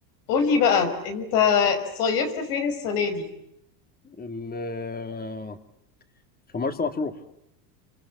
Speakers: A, on the left; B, on the left.
A: قولي بقى انت صيفت فين السنة دي؟
B: ال- في مرسى مطروح